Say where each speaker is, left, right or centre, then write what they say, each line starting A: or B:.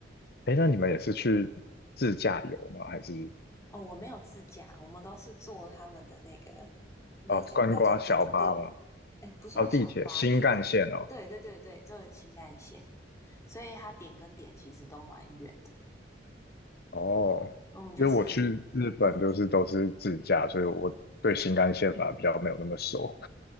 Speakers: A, on the left; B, on the left.
A: 哎，那你们也是去自驾游吗？还是？
B: 哦，我没有自驾，我们都是坐他们的那个，嗯应该是讲要讲地铁，
A: 哦，观光小巴吗？
B: 对，哎，不算小巴，
A: 哦，地铁新干线哦。
B: 地铁，对对对对，就是新干线，所以它点跟点其实都蛮远的。
A: 哦，
B: 我们就是，
A: 因为我去日本就是都是自驾，
B: 嗯，
A: 所以我对新干线反而比较没有那么熟。